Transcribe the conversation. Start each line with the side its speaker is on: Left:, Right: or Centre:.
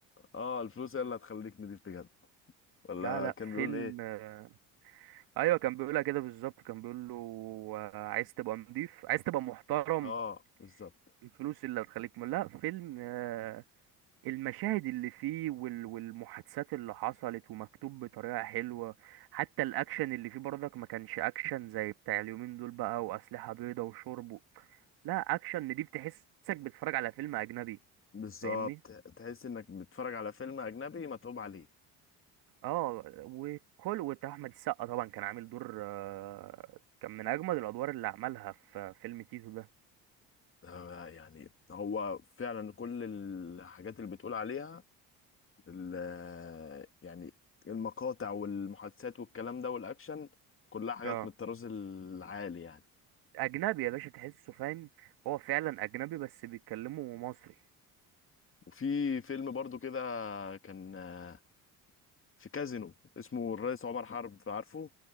Left: آه، الفلوس هي اللي هتخليك نضيف بجد ولا
Right: لا لا
Left: كان بيقول
Right: فيلم
Left: ايه
Right: آه، أيوة كان بيقولها كده بالظبط كان بيقول له آه، عايز تبقى نضيف عايز تبقى محترم
Left: اه بالظبط
Right: الفلوس اللي هتخليك م- لا فيلم آه، المشاهد اللي فيه وال- والمحادثات اللي حصلت ومكتوب بطريقة حلوة حتى الأكشن اللي فيه برضك ما كانش أكشن زي بتاع اليومين دول بقى وأسلحة بيضة وشرب و- لا أكشن نضيف تحسك بتتفرج على فيلم أجنبي
Left: بالظبط
Right: فاهمني
Left: تحس انك بتتفرج على فيلم اجنبي متعوب عليه
Right: اه وكل وبتاع احمد السقا طبعا كان عامل دور آه، كان من اجمد الادوار اللي عملها في فيلم تيتو ده
Left: آه، يعني هو فعلا كل الحاجات اللي بتقول عليها ال- يعني المقاطع والمحادثات والكلام ده والاكشن كلها حاجات
Right: اه
Left: من الطراز العالي يعني
Right: اجنبي يا باشا تحسه فاهم هو فعلا اجنبي بس بيتكلموا مصري
Left: وفي فيلم برضو كده كان آه، في كازينو اسمه الرئيس عمر حرب عارفه